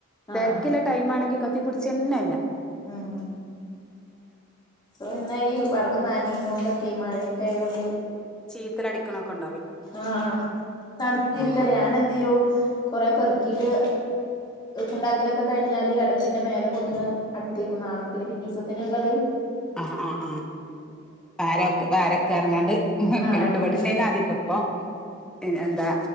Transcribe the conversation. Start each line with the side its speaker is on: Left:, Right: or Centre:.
Centre: തിരക്കുള്ള
Left: ആഹ്
Centre: ടൈം ആണെങ്കിൽ പിടിച്ചെന്നല്ല.
Left: ഉം പിന്ന ഈ വിറക് നനയന കൊണ്ടൊ മഴയൊക്കെ ആയതുകൊണ്ട്
Centre: ചീത്തല് അടിക്കണൊക്കെ ഉണ്ട്.
Left: ആഹ് തണുത്തിരുക്കല്ലേ
Centre: ആഹ്
Left: ഞാനെന്തേയും കുറെ പെറുക്കീയിട്ട് ഉണ്ടാക്കലൊക്കെ കഴിഞ്ഞാ അടുപ്പിന്റെ മേലെ കൊടുന്ന് അട്ടിക്കും നാളക്കില് പിറ്റീസത്തിന് ഉള്ളത്.
Centre: ആ ആ ആ വാരൊക്കെ വാരൊക്കെ ഇറങ്ങാണ്ട് വക്കൽണ്ട്
Left: ആഹ്
Centre: ആദ്യമൊക്കെ ഇപ്പം എന്താ